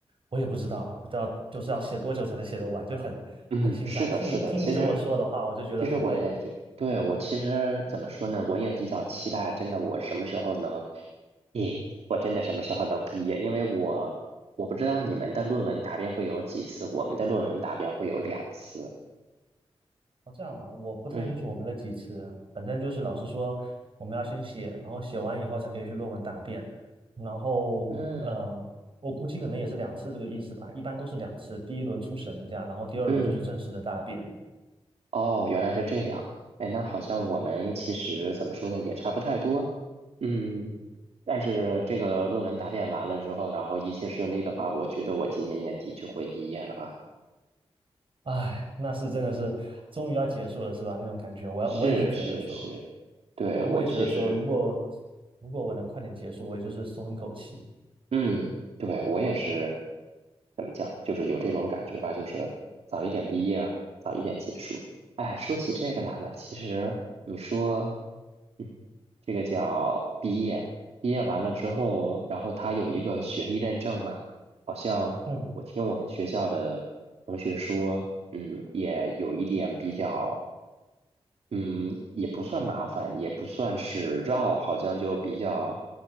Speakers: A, on the right; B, on the right.
A: 我也不知道，我要就是要写多久才能写得完，就很很心塞。
B: 嗯，是的，
A: 听你听你这么说的话，
B: 是的，其实，
A: 我就觉得很累了。
B: 其实我也就，对，我其实怎么说呢，我也比较期待，真的，我什么时候能，咦，我真的什么时候能毕业？因为我我不知道你们的论文答辩会有几次，我们的论文答辩会有两次。
A: 哦，这样嘛，我不太清楚我们的几次，
B: 嗯
A: 反正就是老师说我们要先写，然后写完以后才可以去论文答辩，然后呃，
B: 嗯
A: 我估计可能也是两次这个意思吧，一般都是两次，第一轮初审一下，然后第二轮就是正式的答辩。
B: 嗯，哦，原来是这样。哎，那好像我们其实怎么说呢，也差不太多。嗯，但是这个论文答辩完了之后，然后一切顺利的话，我觉得我今年年底就会毕业了吧。
A: 唉，那是真的是终于要结束了，是吧？那种感觉，我要我也是觉得说。
B: 是是是，对，
A: 对，
B: 我其实，
A: 我也觉得说，如果如果我能快点结束，我也就是松一口气。
B: 嗯，对，我也是，怎么讲，就是有这种感觉吧，就是早一点毕业啊，早一点结束。哎，说起这个来了，其实你说，嗯，这个叫毕业，毕业完了之后，然后他有一个学历认证嘛，好像我听我们学校的同学说，
A: 嗯，
B: 嗯，也有一点比较。嗯，也不算麻烦，也不算是绕，好像就比较，